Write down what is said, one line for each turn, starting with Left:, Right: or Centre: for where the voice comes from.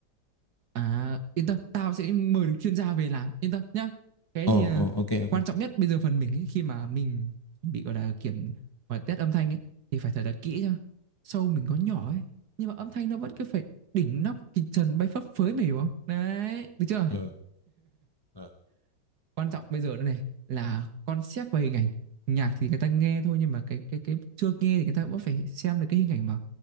Right: À, yên tâm, tao sẽ mời được chuyên gia về làm, yên tâm nhá. Cái
Left: ờ
Right: thì ờ,
Left: ờ ok ok
Right: quan trọng nhất bây giờ phần mình ấy, khi mà mình bị gọi là kiểm và test âm thanh ấy, thì phải thật là kỹ nhá. Show mình có nhỏ ấy, nhưng mà âm thanh nó vẫn cứ phải đỉnh nóc kịch trần bay phấp phới mày hiểu không? Đấy, được chưa?
Left: ờ ờ.
Right: Quan trọng bây giờ nữa này là concept và hình ảnh. Nhạc thì người ta nghe thôi nhưng mà cái cái cái chưa nghe thì người ta vẫn phải xem được cái hình ảnh mà